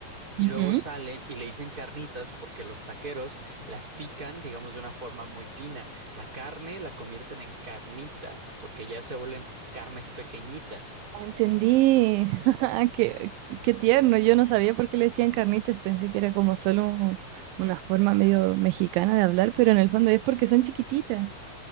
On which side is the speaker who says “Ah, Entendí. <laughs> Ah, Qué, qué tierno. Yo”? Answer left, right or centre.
Right